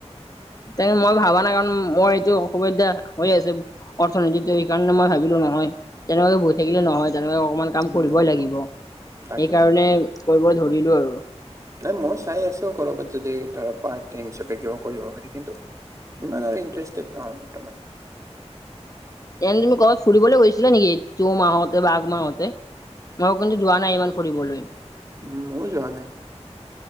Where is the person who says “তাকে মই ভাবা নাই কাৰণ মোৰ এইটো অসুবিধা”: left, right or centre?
Left